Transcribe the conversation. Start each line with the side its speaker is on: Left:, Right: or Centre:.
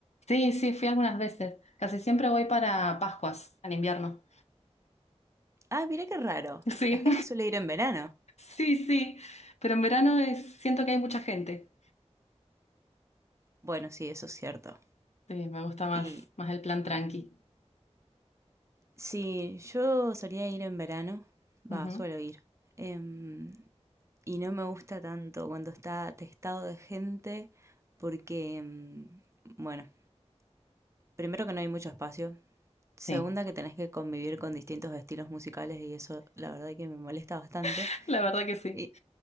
Left: Sí, sí, fui algunas veces. Casi siempre voy para Pascuas, al invierno.
Right: Ah, mirá qué raro,
Left: Sí,
Right: la gente suele ir en verano.
Left: <laughs> sí, sí. Pero en verano es, siento que hay mucha gente.
Right: Bueno, sí, eso es cierto.
Left: Sí, me gusta más,
Right: Y
Left: más el plan tranqui.
Right: sí, yo solía ir en verano,
Left: Ujú.
Right: va, suelo ir. Em, y no me gusta tanto cuando está atestado de gente porque, mm, bueno, primero que no hay mucho espacio, segunda
Left: Sí,
Right: que tenés que convivir con distintos estilos musicales y eso la verdad que me molesta bastante.
Left: <laughs> la verdad que sí.
Right: Y,